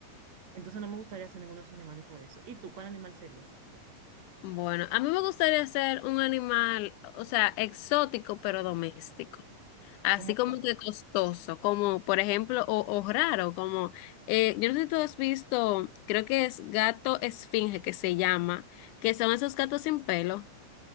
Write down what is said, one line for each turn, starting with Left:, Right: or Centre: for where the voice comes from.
Right: Entonces no me gustaría ser ninguno de esos animales por eso. ¿Y tú cuál animal serías?
Left: Bueno, a mí me gustaría ser un animal, o sea, exótico pero doméstico. Así
Right: ¿Cómo cuál?
Left: como que costoso, como por ejemplo, o, o raro, como, eh, yo no sé si tú has visto, creo que es gato esfinge que se llama, que son esos gatos sin pelo.